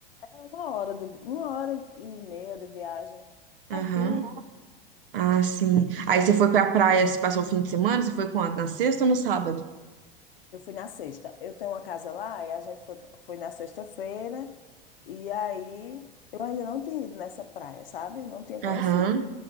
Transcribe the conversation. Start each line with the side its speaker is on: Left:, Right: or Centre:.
Left: é uma hora de, uma hora e meia de viagem.
Right: Aham.
Left: Pertinho.
Right: Ah, sim. Aí você foi pra praia, se passou o fim de semana? Você foi quando? Na sexta ou no sábado?
Left: Eu fui na sexta. Eu tenho uma casa lá e a gente foi, foi na sexta-feira. E aí eu ainda não tinha ido nessa praia, sabe? Não tinha conhecido.
Right: Aham.